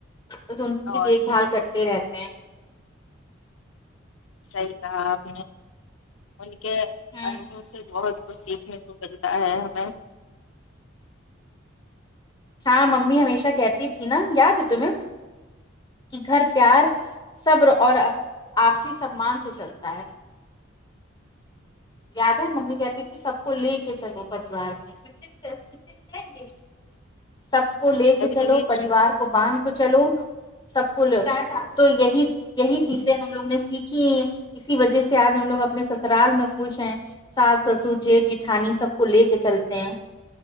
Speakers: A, on the left; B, on the left.
A: بس ان کی بھی
B: اور
A: دیکھ
B: کیا
A: بھال کرتے رہتے ہیں
B: صحیح کہا آپ نے ان کے
A: ہ
B: انبھو سے بہت کچھ سیکھنے کو ملتا ہے ہمیں
A: ہاں ممی ہمیشہ کہتی تھی نا یاد ہے تمہیں کہ گھر پیار صبر اور آپسی سممان سے چلتا ہے یاد ہے ممی کہتی تھی سب کو لے کے چلو پریوار میں سب کو لے
B: کبھی
A: کے چلو
B: کبھی
A: پریوار کو باندھ کو چلو سب کو ل تو یہی یہی چیزیں ہم لوگ نے سیکھیں ہیں اسی وجہ سے آج ہم لوگ اپنے سسرال میں خوش ہیں ساس سسر جیٹ جیٹھانی سب کو لے کے چلتے ہیں